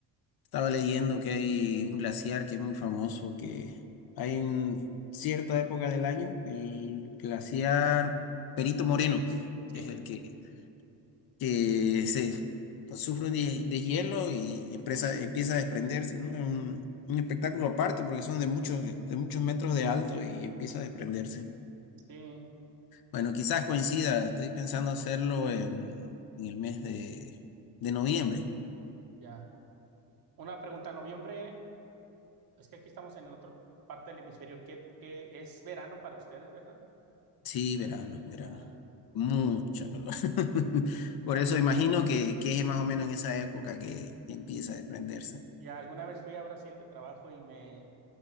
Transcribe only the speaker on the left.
estaba leyendo que hay un glaciar que es muy famoso, que hay en cierta época del año, el glaciar Perito Moreno,
que es el que que se sufre un de- hielo y empresa- empieza a desprenderse, ¿no? Es un, un espectáculo aparte porque son de muchos, de muchos metros de alto y empieza a desprenderse.
Bueno, quizás coincida, estoy pensando hacerlo en, en el mes de, de noviembre.
Sí, verano, verano.
Mucha calor. <laughs> Por
eso imagino que, que es más o menos en esa época que, que empieza a desprenderse.